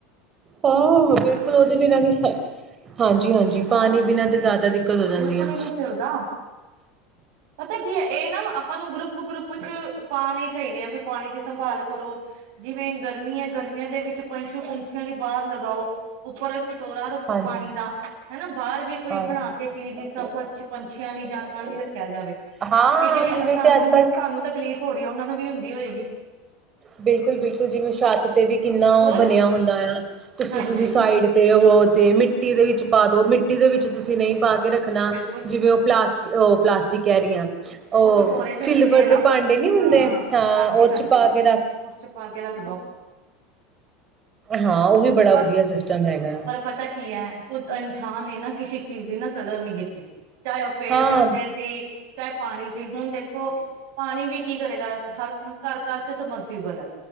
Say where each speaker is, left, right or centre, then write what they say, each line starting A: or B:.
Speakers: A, on the right (about 25°); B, on the right (about 65°).
A: ਹਾਂ! ਬਿਲਕੁਲ ਉਹਦੇ ਬਿਨਾਂ ਵੀ ਸਰ ਜਾਂਦਾ। ਹਾਂਜੀ -ਹਾਂਜੀ
B: ਹਾਂ
A: ਪਾਣੀ
B: ਬਿਲ
A: ਬਿਨਾਂ ਤੇ ਜ਼ਿਆਦਾ ਦਿੱਕਤ ਹੋ
B: ਬਿਲਕੁਲ
A: ਜਾਂਦੀ ਆ।
B: ਹੀ ਨੀ ਸਿਰਦਾ ਪਤਾ ਕੀ ਹੈ! ਇਹ ਨਾ ਆਪਾਂ ਨੂੰ ਗਰੁੱਪ ਗਰੁੱਪ ਚ ਪਾਉਣੇ ਚਾਹੀਦੇ ਆ ਵੀ ਪਾਣੀ ਦੀ ਸੰਭਾਲ ਕਰੋ ਜਿਵੇਂ ਗਰਮੀ ਹੈ ਗਰਮੀਆਂ ਦੇ ਵਿੱਚ ਪਸ਼ੂ ਪੰਛੀਆਂ ਲਈ ਬਾਹਰ ਲਗਾਓ! ਉੱਪਰ ਕਟੋਰਾ ਰੱਖੋ
A: ਹਾਂਜੀ,
B: ਪਾਣੀ ਦਾ। ਹਨਾ, ਬਾਹਰ ਵੀ ਕੋਈ
A: ਹਾਂਜੀ।
B: ਬਣਾ ਕੇ ਚੀਜ਼ ਸਫ਼ਰ ਚ' ਪੰਛੀਆਂ ਜਾਨਵਰਾਂ ਲਈ ਰੱਖਿਆ ਜਾਵੇ ਕਿਉਂਕਿ
A: ਹਾਂ
B: ਜਿਵੇਂ ਸਾਨੂੰ
A: ਤੇ ਅੱਜ ਕੱਲ
B: ਸਾਨੂੰ ਤਕਲੀਫ਼ ਹੋ ਰਹੀ ਹੈ ਉਹਨਾਂ ਵੀ ਹੁੰਦੀ ਹੋਏਗੀ।
A: ਬਿਲਕੁਲ ਬਿਲਕੁਲ ਜਿਵੇਂ ਛੱਤ ਤੇ ਵੀ ਕਿੰਨਾ ਉਹ
B: ਹੋਰ
A: ਬਣਿਆ ਹੁੰਦਾ ਆ ਤੁਸੀਂ
B: ਹਾਂਜੀ।
A: ਤੁਸੀਂ ਸਾਈਡ। ਤੇ ਉਹ ਤੇ ਮਿੱਟੀ ਦੇ ਵਿੱਚ ਪਾਦੋ ਮਿੱਟੀ। ਮਿੱਟੀ ਦੇ ਵਿੱਚ ਤੁਸੀਂ ਨਹੀਂ ਪਾ ਕੇ ਰੱਖਣਾ
B: ਬਿਲਕੁਲ
A: ਜਿਵੇਂ ਉਹ ਪਲਾਸਟਿਕ, ਉਹ ਪਲਾਸਟਿਕ ਕਹਿ ਰਹੀਆਂ ਉਹ
B: ਕਸੋਰੇ ਜੇ
A: ਸਿਲਵਰ
B: ਮਿਲਦੇ ਆ ਨਾ।
A: ਦੇ ਭਾਂਡੇ ਨੀ ਹੁੰਦੇ
B: ਹਾਂ
A: ਹਾਂ
B: ਹਾਂਜੀ
A: ਉਹਦੇ
B: ਹਾਂਜੀ
A: ਚ' ਪਾਕੇ।
B: ਉਸ ਚ ਪਾ ਕੇ ਰੱਖਦੋ।
A: ਹਾਂ ਉਹ ਵੀ ਬੜਾ
B: ਪਰ,
A: ਵਧੀਆ ਸਿਸਟਮ ਹੈਗਾ
B: ਪਰ ਪਤਾ ਕੀ ਐ, ਕੁਝ ਇਨਸਾਨ ਏ ਨਾ ਚੀਜ਼ ਦੀ ਨਾ ਕਦਰ ਨੀ ਕੀਤੀ। ਚਾਹੇ ਓ ਪੇੜ
A: ਹਾਂ,
B: ਪੋਦੇ ਸੀ ਚਾਹੇ ਪਾਣੀ ਸੀ। ਹੁਨ ਦੇਖੋ, ਪਾਣੀ ਵੀ ਕੀ ਕਰੇਗਾ ਹਰ ਥਾਂ ਘਰ- ਘਰ ਚ ਸਮਰਸੀਬਲ ਐ,